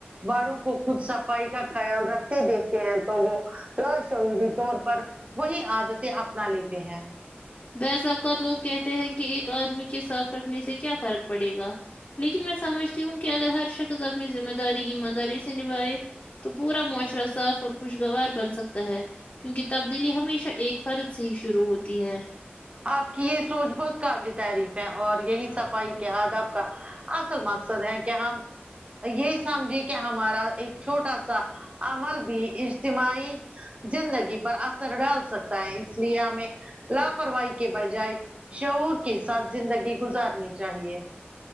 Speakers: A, on the right (about 30°); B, on the left (about 40°).
A: بڑوں کو خود صفائی کا خیال رکھتے دیکھتے ہیں تو وہ لا شعوری طور پر وہی عادتیں اپنا لیتے ہیں
B: بعض اوقات لوگ کہتے ہیں کہ ایک آدمی کے صاف رکھنے سے کیا فرق پڑے گا لیکن میں سمجھتی ہوں کہ اگر ہر شخص اپنی ذمہ داری ایمانداری سے نبھائے تو پورا معاشرہ صاف اور خوشگوار بن سکتا ہے کیونکہ تبدیلی ہمیشہ ایک فرد سے ہی شروع ہوتی ہے
A: آپ کی یہ سوچ بہت قابل تعریف ہے اور یہی صفائی کے آداب کا اصل مقصد ہے کہ ہم یہ سمجھیے کہ ہمارا ایک چھوٹا سا عمل بھی اجتماعی زندگی پر اثر ڈال سکتا ہے اس لیے ہمیں لاپرواہی کے بجائے شعور کے ساتھ زندگی گزارنی چاہیے